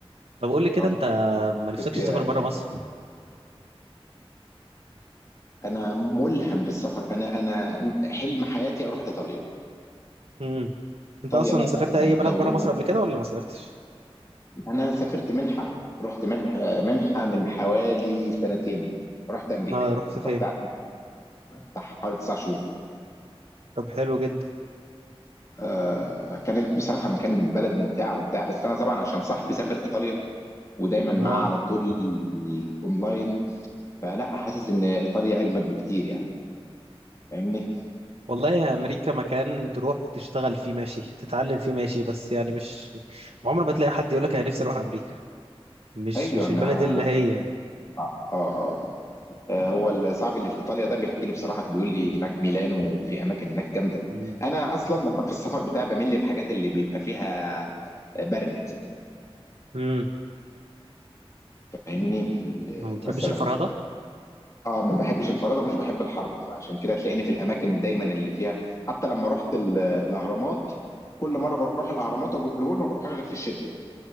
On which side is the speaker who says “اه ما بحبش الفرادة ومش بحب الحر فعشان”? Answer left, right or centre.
Left